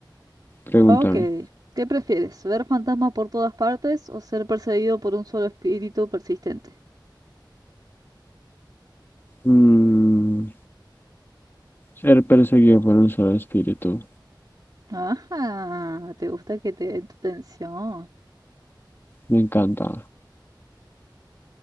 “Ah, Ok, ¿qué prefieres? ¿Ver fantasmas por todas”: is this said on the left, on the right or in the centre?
Right